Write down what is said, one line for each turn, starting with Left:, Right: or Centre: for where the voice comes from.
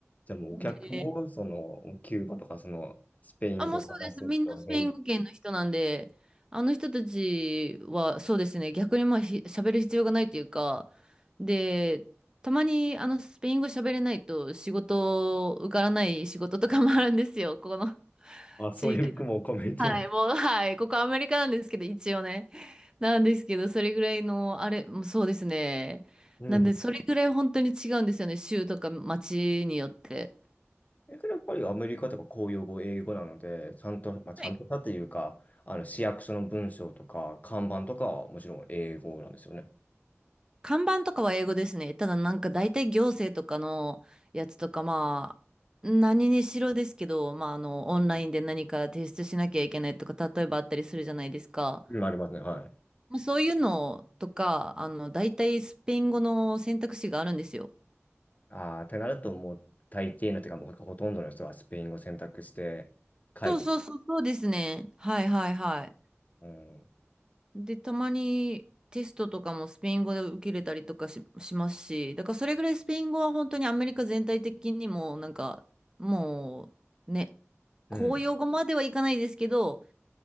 Left: じゃあもうお客も、
Right: で、
Left: その、キューバとか、その、スペイン語を話す人全、
Right: あ、もうそうです。みんなスペイン語圏の人なんで、あの人たちは、そうですね、逆にまあ、ひ喋る必要がないというか、で、たまにあのスペイン語喋れないと仕事受からない仕事とかもあるんですよ。ここの
Left: あ、そういう、
Right: 地域だ。
Left: もうコミュニティな。
Right: はい、もう、はい、ここアメリカなんですけど、一応ね。なんですけど、それぐらいの、あれ、もうそうですね。
Left: うん。
Right: なんで、それぐらい本当に違うんですよね、州とか町によって。
Left: だからやっぱりアメリカとか公用語、英語なので、ちゃんと、まあ、ちゃんとしたというか、
Right: はい
Left: あの、市役所の文章とか、看板とかはもちろん英語なんですよね。
Right: 看板とかは英語ですね。ただなんか大体行政とかのやつとかまあ何にしろですけど、まああのオンラインで何か提出しなきゃいけないとか例えばあったりするじゃないですか。
Left: うん、ありますね。はい。
Right: まあそういうのとか、あの大体スペイン語の選択肢があるんですよ。
Left: ああ、ってなると、もう、大抵のというか、もうほとんどの人はスペイン語選択して書いてる。
Right: そうそうそう、そうですね。はいはいはい。
Left: うん。
Right: で、たまにテストとかもスペイン語で受けれたりとかし、しますし、だからそれぐらいスペイン語は本当にアメリカ全体的にも、なんか、もうね、
Left: うん。
Right: 公用語まではいかないですけど、